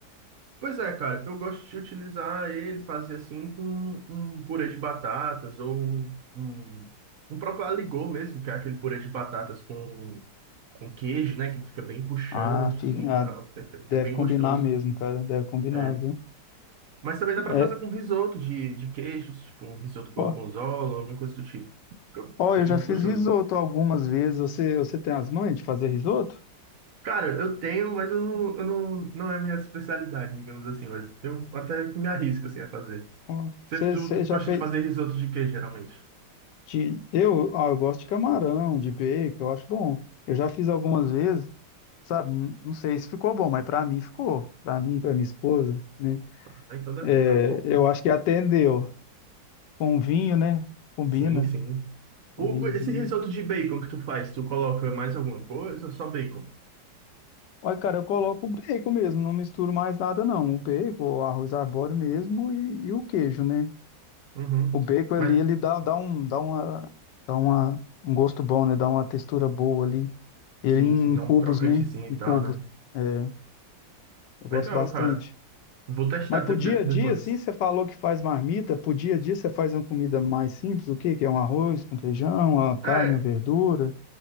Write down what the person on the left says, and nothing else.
Ah, fica-
ah,
deve
combinar
mesmo, cara. Deve combinar,
viu?
É,
ó,
ó,
eu já fiz
risoto algumas vezes. Você, você tem as manhas de fazer risoto?
Ó,
você,
você
já
fez
de... Eu, ah, eu gosto de camarão, de bacon, eu acho bom. Eu já fiz algumas vezes. sabe? Não sei se ficou bom, mas pra mim ficou. Pra mim, pra minha esposa, né?
É,
eu acho que atendeu. Com vinho, né? Combina.
Com
vinhozinho.
Olha, cara, eu coloco o bacon mesmo, não misturo mais nada, não. O bacon, o arroz arbóreo mesmo e, e o queijo, né?
O bacon
ali, ele dá, dá um, dá uma, dá uma, um gosto bom, né? Dá uma textura boa ali. Ele
em
cubos,
né? Em
cubos.
É, eu gosto
bastante.
Mas pro
dia
a
dia, assim, você falou que faz marmita, pro dia a dia você faz uma comida mais simples, o quê? Que é um arroz com feijão, uma carne,
uma verdura.